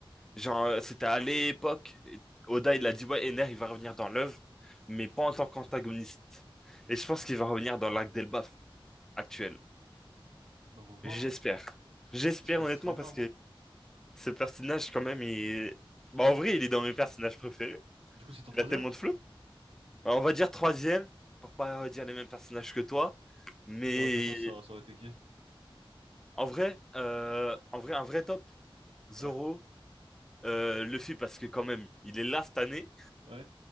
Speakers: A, in the centre; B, on the right.
A: Genre, euh, c'était à l'époque, et Oda, il a dit, ouais, Ener, il va revenir dans l'œuvre, mais pas en tant qu'antagoniste. Et je pense qu'il va revenir dans l'arc d'Elbaf actuel.
B: Bah, on va voir,
A: J'espère.
B: hein.
A: J'espère,
B: Ce serait, ce
A: honnêtement,
B: serait énorme,
A: parce que
B: hein.
A: ce personnage, quand même, il, bah, en vrai, il est dans mes personnages préférés.
B: Du coup, c'est ton troisième?
A: Il a tellement de flow. Alors, on va dire troisième, pour pas dire les mêmes personnages que toi. Mais
B: Pro de base, ça, ça aurait été qui?
A: en vrai, euh, en vrai, un vrai top, Zoro,
B: Ouais.
A: euh, Luffy, parce que quand même, il est là cette année.
B: Ouais.